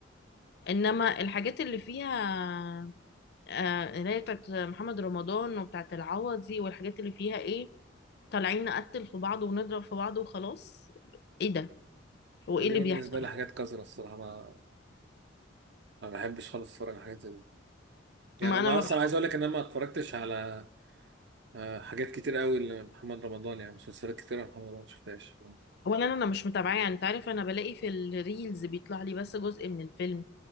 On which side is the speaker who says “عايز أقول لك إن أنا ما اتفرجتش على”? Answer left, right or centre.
Right